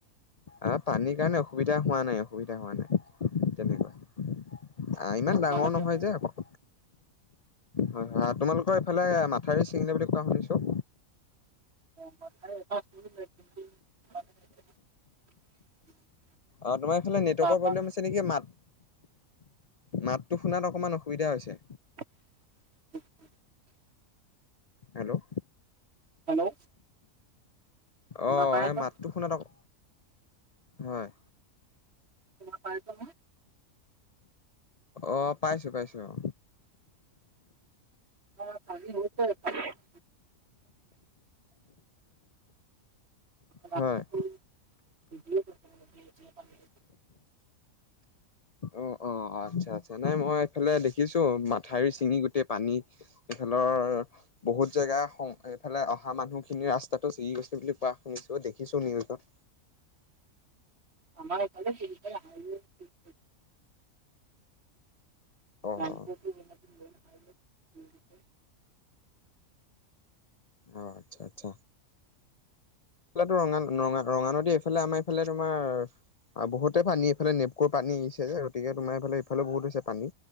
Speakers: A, on the left; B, on the right.
A: আহ পানীৰ কাৰণে অসুবিধা হোৱা নাই অসুবিধা হোৱা নাই তেনেকুৱা আহ ইমান
B: বৰ্তমানলৈকে
A: ডাঙৰ নহয়
B: একো
A: যে আকৌ হয় হয় তোমালোকৰ এইফালে মাথাউৰি চিঙিলে বুলি কোৱা শুনিছোঁ।
B: <unintelligible>
A: অ তোমাৰ ইফালে নেটৱৰ্কৰ
B: তাৰ পৰা
A: প্ৰবলেম তেনেকে মাত মাতটো শুনাত অকমান অসুবিধা হৈছে।
B: <inaudible>
A: হেল্ল'
B: হেল্ল' শুনা
A: অ
B: পাই
A: এই
B: আছা?
A: মাতটো শুনাত আকৌ হয়
B: <unintelligible>
A: অ পাইছোঁ পাইছোঁ অ
B: <unintelligible> ৰাস্তাটো
A: হয়
B: <inaudible>
A: অ অ আচ্ছা আচ্ছা নাই মই এইফালে দেখিছোঁ মাথাউৰি ছিঙি গোটেই পানী এইফালৰ বহুত জেগা এইফালে অহা মানুহখিনি ৰাস্তাটো চিঙি গৈছে বুলি কোৱা শুনিছোঁ দেখিছোঁ নিউজত
B: আমাৰ এইফালে <unintelligible> <unintelligible>
A: অ', অ', অ আচ্ছা আচ্ছা। এইফালেতো ৰঙা ৰঙা ৰঙা নদী এইফালে আমাৰ এইফালে তোমাৰ আৰু বহুতে পানী এইফালে নেপকুৰ পানী আহিছে যে গতিকে তোমাৰ এইফালে ইফালেও বহুত হৈছে পানী।